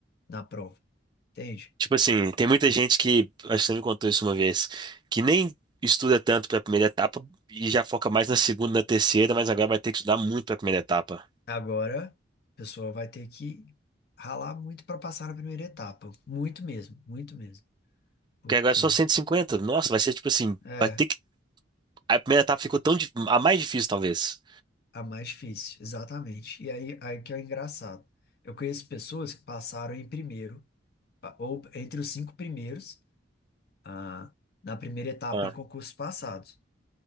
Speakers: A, on the left (about 50°); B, on the right (about 25°).
A: na prova, entende?
B: Tipo assim, tem muita gente que, acho que você me contou isso uma vez, que nem estuda tanto para a primeira etapa e já foca mais na segunda, na terceira, mas agora vai ter que estudar muito para a primeira etapa.
A: Agora, a pessoa vai ter que ralar muito para passar na primeira etapa. Muito mesmo, muito mesmo. Porque
B: Porque agora é só cento e cinquenta Nossa, vai ser tipo assim,
A: é
B: vai ter que. A primeira etapa ficou tão dif- a mais difícil, talvez.
A: a mais difícil, exatamente. E aí, aí que é o engraçado. Eu conheço pessoas que passaram em primeiro, pa- ou entre os cinco primeiros, ah, na primeira etapa
B: Ah,
A: em concursos passados.